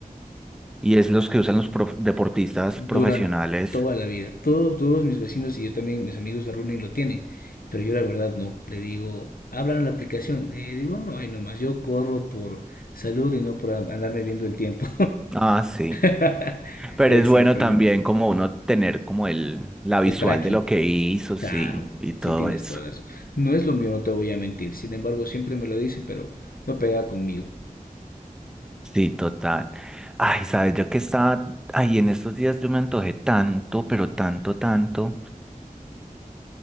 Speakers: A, in the centre; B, on the left (about 80°).
A: y es los que usan los prof- deportistas
B: duran
A: profesionales.
B: toda la vida. Todos, todos mis vecinos y yo también, mis amigos de Running lo tienen, pero yo la verdad no. Le digo, abran la aplicación. Eh, digo, no, hay nomás, yo corro por salud y no por an- andarme viendo el tiempo.
A: Ah, sí.
B: <laughs>
A: Pero
B: Exactamente.
A: es bueno también como uno tener como el, la visual
B: El tracking,
A: de lo que hizo,
B: claro,
A: sí, y todo
B: sí tienes
A: eso.
B: todas las... No es lo mío, no te voy a mentir. Sin embargo, siempre me lo dicen, pero no pega conmigo.
A: Sí, total. Ay, sabes, yo que estaba, ay, en estos días yo me antojé tanto, pero tanto, tanto.